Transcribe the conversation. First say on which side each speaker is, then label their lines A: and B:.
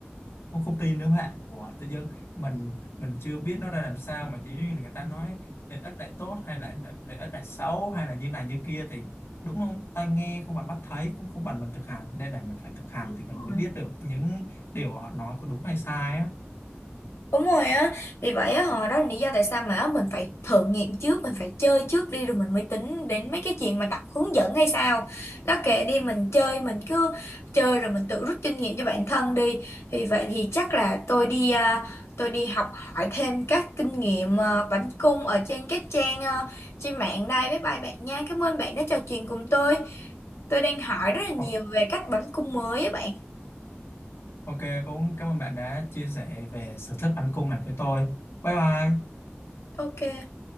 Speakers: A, on the left; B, on the left.
A: không, không tin nữa các bạn của tự dưng mình mình chưa biết nó ra làm sao mà chỉ riêng người ta nói lợi ích này tốt hay là lợi ích này xấu hay là như này như kia thì đúng không tai nghe không bằng mắt thấy cũng không bằng mình thực hành nên là mình phải thực hành
B: ờ
A: thì mình mới biết được những điều họ nói có đúng hay sai á
B: Đúng rồi á, vì vậy á, họ đó là lý do tại sao mà á, mình phải thử nghiệm trước, mình phải chơi trước đi rồi mình mới tính đến mấy cái chuyện mà đọc hướng dẫn hay sao. Đó kệ đi mình chơi, mình cứ chơi rồi mình tự rút kinh nghiệm cho bản thân đi. Vì vậy thì chắc là tôi đi à, tôi đi học hỏi thêm các kinh nghiệm à, bánh cung ở trên các trang à, trên mạng đây. Bye bye bạn nha, cảm ơn bạn đã trò chuyện cùng tôi. Tôi đang hỏi rất là nhiều
A: Ô-
B: về cách bánh cung mới á bạn.
A: ok cũng cảm ơn bạn đã chia sẻ về sở thích bắn cung này với tôi bye bye
B: Ok.